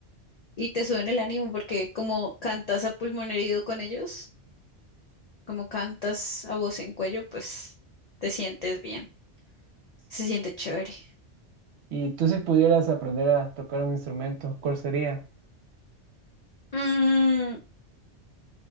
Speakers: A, on the left; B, on the right.
A: Y te suben el ánimo porque como cantas a pulmón herido con ellos, como cantas a voz en cuello, pues te sientes bien, se siente chévere.
B: Y tú si pudieras aprender a tocar un instrumento, ¿cuál sería?
A: Mm,